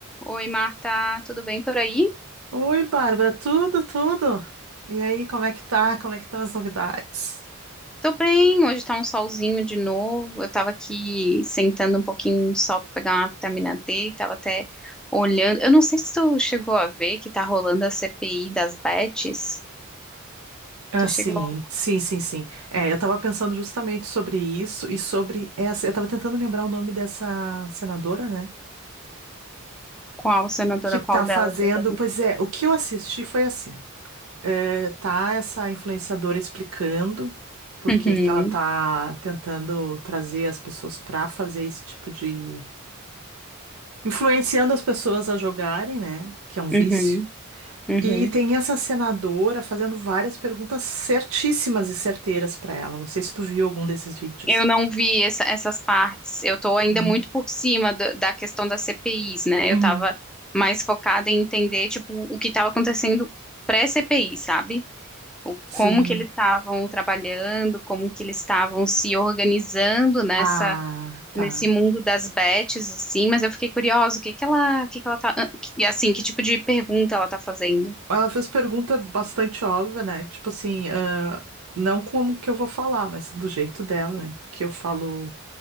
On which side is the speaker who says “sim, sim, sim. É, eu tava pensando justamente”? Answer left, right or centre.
Right